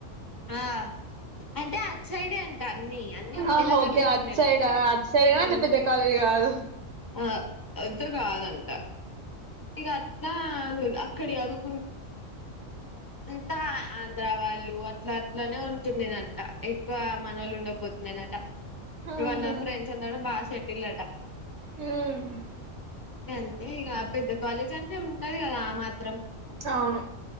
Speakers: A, on the left; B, on the right.
A: ఆ అంటే అటు సైడే అంట అన్ని అన్ని ఒకటే
B: అహ
A: దగ్గర
B: ఒకే
A: ఉంటుండేనంట
B: అట్ సైడ అట్ సైడ
A: ఉమ్
B: ఆ పెద్ద కాలే కాదు
A: ఆ అంత కాదంట ఇగ అట్లా అని అక్కడ చదువ్ ట ఆ ఆంధ్ర వాళ్ళు అట్లా అట్లనే ఉంటుండెనంట ఎక్కువ మనోళ్లుఉండపోతుండెనట ఇప్పుడు
B: ఆహా
A: వాళ్ళ ఫ్రెండ్స్ అంత కూడ బాగా సెటిల్డ్ అట
B: మ్
A: గం తె ఇగ పెద్ద కాలేజ్ అంటే ఉంటది కదా ఆ మాత్రం
B: అవును